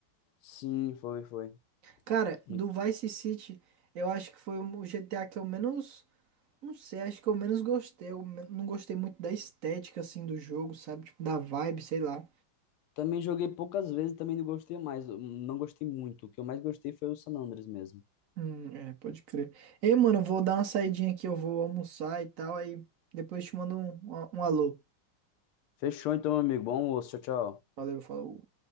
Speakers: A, on the left (about 85°); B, on the right (about 55°).
A: Sim, foi, foi.
B: Cara,
A: Muito.
B: do Vice City, eu acho que foi o GTA que eu menos. Não sei, acho que eu menos gostei. Eu men- não gostei muito da estética, assim, do jogo, sabe? Tipo, da vibe, sei lá.
A: Também joguei poucas vezes, também não gostei mais, não gostei muito. O que eu mais gostei foi o San Andreas mesmo.
B: Hum, é, pode crer. Ei, mano, eu vou dar uma saidinha aqui, eu vou almoçar e tal. Aí depois te mando um, um alô.
A: Fechou então, meu amigo. Bom almoço, tchau, tchau.
B: Valeu, falou.